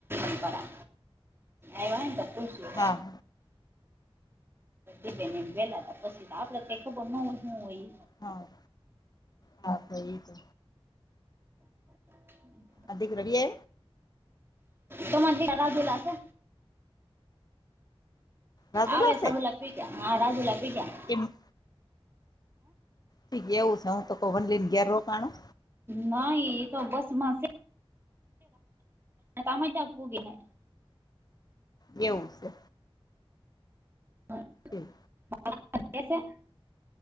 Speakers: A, on the right (about 25°); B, on the left (about 40°).
A: મનપરા એવા એ તો પશું.
B: હા.
A: એ બેન એમ વેલા ત પછી તો આપડે કઈ ખબર ન હોય શું હોય.
B: હા હા સ એ તો
A: હ
B: અધિક રડીએ
A: તમાર મેલા રાજુલાશે.
B: રાજુલા
A: આવે સહુલા પી ગ્યા હ રાજુલા પી ગ્યા.
B: એમ તી એવું છે હું તો કોઈ વનલીને ઘેર રોકાણું.
A: નાહી એ તો બસમાંસે કામય ત્યાં પુગય હે
B: એવું છે.
A: હા.
B: તે
A: <unintelligible> કે છે